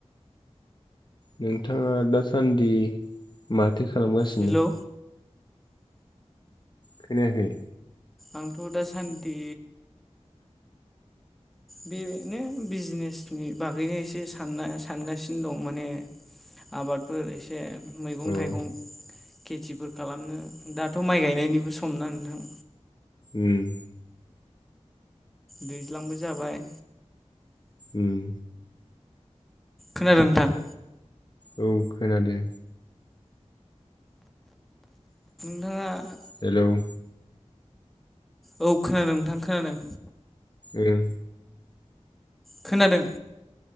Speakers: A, on the left; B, in the centre.
A: नोंथाङा दासान्दि माथो खालामगासिनो?
B: हेलौ
A: खोनायाखै?
B: आंथ' दासान्दि बेदिनो बिजनेसनि बागैनो एसे सानना सानगासिनो दं माने आबाद फोर एसे मैगं
A: अ
B: थाइगं खेथिफोर खालामनो दाथ' माइ गायनायनिबो सम न नोंथां?
A: ओम।
B: दैज्लांबो जाबाय।
A: ओम।
B: खोनादों नोंथां?
A: औ खोनादों।
B: नोंथाङा
A: हेल'!
B: औ खोनादों नोंथां खोनादों
A: ओं
B: खोनादों?